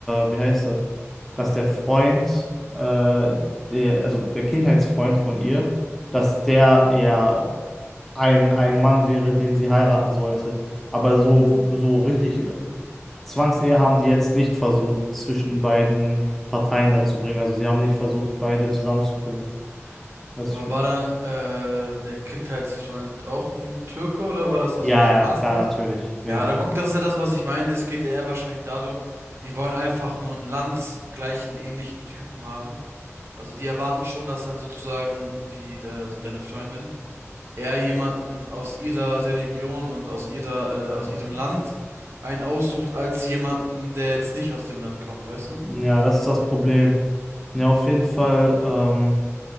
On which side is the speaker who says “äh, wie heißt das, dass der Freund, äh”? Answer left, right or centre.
Centre